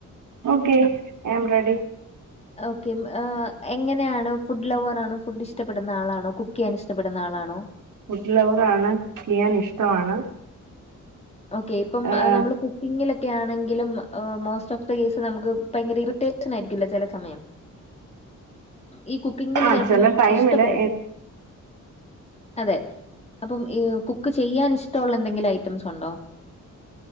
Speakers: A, on the right (about 75°); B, on the left (about 20°).
A: ഓക്കെ ആം റെഡി
B: ഓക്കെ എങ്ങനെയാണ് ഫുഡ് ലവർ ആണോ ഫുഡ് ഇഷ്ടപ്പെടുന്ന ആളാണോ കുക്ക് ചെയ്യാൻ ഇഷ്ടപ്പെടുന്ന ആളാണോ
A: ഫുഡ്‌ ലൗവർ ആണ് ചെയ്യാൻ ഇഷ്ടമാണ്
B: ഓക്കെ ഇപ്പം
A: ഏഹ്
B: നമ്മള്ൾ കുക്കിങ്ങിലൊക്കെ ആണെങ്കിലും മോസ്റ്റ് ഓഫ് കേസ് നമുക്ക് ഭയങ്കര ഇറിറ്റേഷൻ ആയിരിക്കില്ല ചില സമയം ഈ കുക്കിങ്ങില്
A: ആഹ്
B: ചെലപ്പം
A: ചില ടൈമില്
B: ഇഷ്ടപ്പെ അതെ അപ്പം കുക്ക് ചെയ്യാൻ ഇഷ്ടമുള്ള എന്തെങ്കിലും ഐറ്റംസ് ഉണ്ടോ <inaudible>